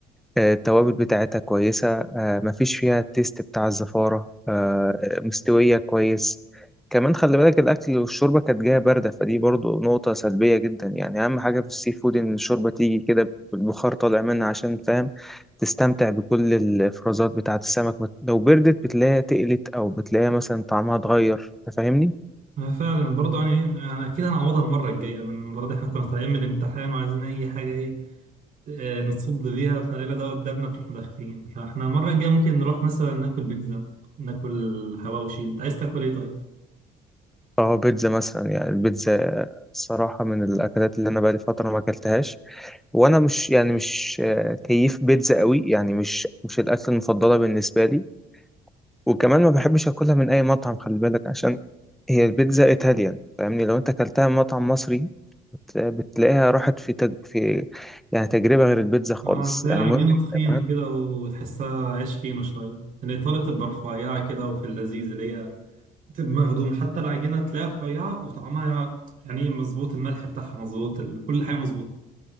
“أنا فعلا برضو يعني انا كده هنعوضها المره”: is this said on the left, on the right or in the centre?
Right